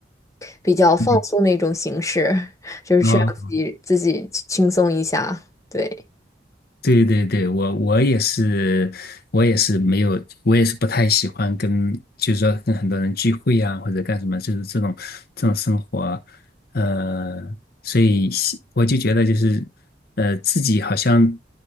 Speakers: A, on the left (about 20°); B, on the left (about 60°).
A: 比较放松的一种形式。
B: 嗯，
A: 就是去让自己自己轻松一下。
B: 啊。
A: 对，
B: 对对对，我我也是，我也是没有，我也是不太喜欢跟，就是说跟很多人聚会呀、或者干什么，就是这种这种生活，呃，所以喜我就觉得就是，呃，自己好像